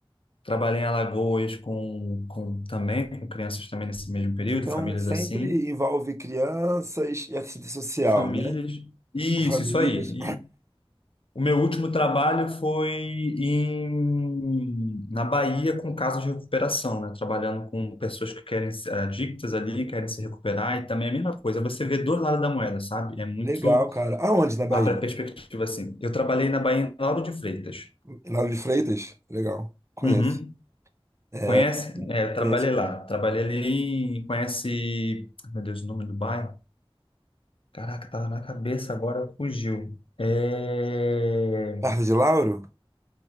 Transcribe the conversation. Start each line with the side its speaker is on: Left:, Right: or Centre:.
Left: trabalhei em Alagoas com, com também com crianças também nesse mesmo período,
Right: Então,
Left: famílias
Right: sempre
Left: assim.
Right: envolve crianças e assistente social,
Left: Famílias.
Right: né?
Left: Isso,
Right: Famílias.
Left: isso aí. E o meu último trabalho foi em, na Bahia com casos de recuperação, né? Trabalhando com pessoas que querem se- adictas ali, querem se recuperar, e também é a mesma coisa. Você vê dois lados da moeda, sabe? É muito.
Right: Legal, cara. Aonde na Bahia?
Left: Abre a perspectiva assim. Eu trabalhei na Bahia em Lauro de Freitas.
Right: Em Lauro de Freitas? Legal. Conheço.
Left: Uhum.
Right: É,
Left: Conhece?
Right: né?
Left: É, eu trabalhei
Right: conheço.
Left: lá. Trabalhei ali em. Conhece. Meu Deus, o nome do bairro? Caraca, tava na cabeça agora, fugiu. É...
Right: Perto de Lauro?